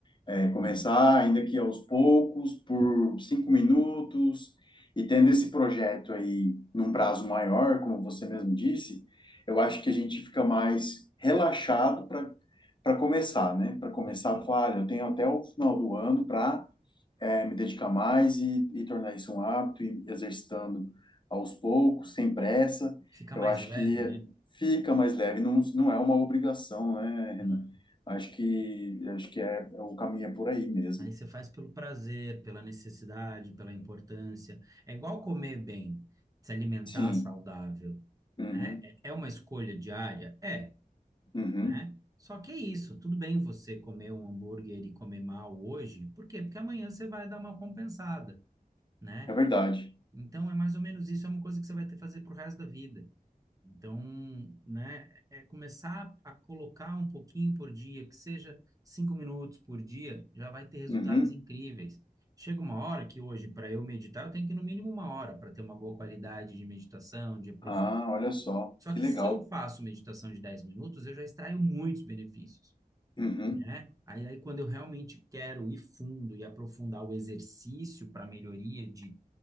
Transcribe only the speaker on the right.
Uhum,
perfeito.
Fica mais
leve,
né?
né?
Aí você faz pelo prazer, pela necessidade, pela importância. É igual comer bem, se alimentar
saudável,
né? É é uma escolha diária? É,
né? Só que é isso, tudo bem você comer um hambúrguer e comer mal hoje, por quê? Porque amanhã você vai dar uma compensada, né?
Então é mais ou menos isso, é uma coisa que você vai ter que fazer pro resto da vida. Então, né, é começar a colocar um pouquinho por dia, que seja cinco minutos por dia, já vai ter resultados
incríveis. Chega uma hora que hoje, para eu meditar, eu tenho que ir no mínimo uma hora para ter uma boa qualidade de meditação, de aprofundamento.
Só
que
se eu faço meditação de 10 minutos, eu já extraio muitos benefícios,
né? Aí, aí quando eu realmente quero ir fundo e aprofundar o exercício para melhoria de,